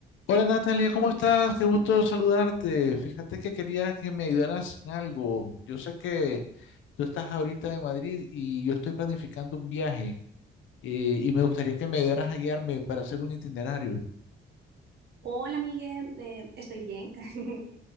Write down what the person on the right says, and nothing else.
Hola, Miguel, eh, estoy bien. <laughs>